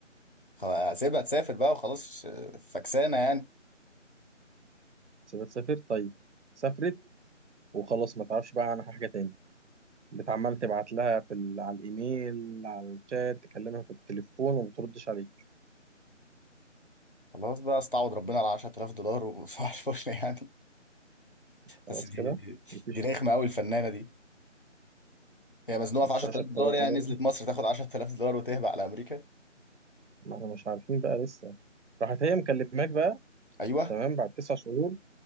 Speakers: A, on the left; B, on the right.
A: هسيبها تسافر بقى وخلاص آه، فكسانه يعني
B: سيبها تسافر طيب سافرت وخلاص ما تعرفش بقى عنها حاجه تاني بتعمل تبعت لها في ال... على الايميل على الشات تكلمها في التليفون وما بتردش عليك
A: خلاص بقى استعوض ربنا على 10000 دولار <laughs> وصباح الفل يعني
B: خلاص
A: بس دي
B: كده مفيش
A: دي رخمه قوي الفنانه دي هي مزنوقه
B: مش
A: في 10000
B: 10000
A: دولار يعني
B: دولار
A: نزلت مصر تاخد 10000 دولار وتهبى على امريكا
B: ما احنا مش عارفين بقى لسه راحت هي مكلماك بقى
A: ايوه
B: تمام بعد تسع شهور